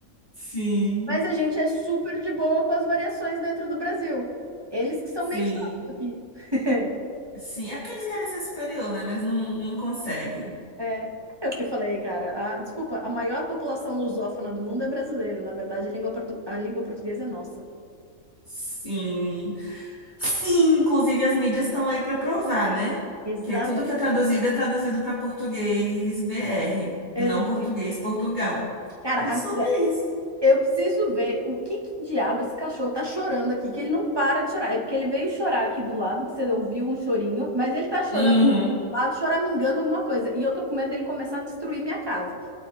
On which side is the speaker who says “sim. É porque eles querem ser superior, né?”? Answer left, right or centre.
Left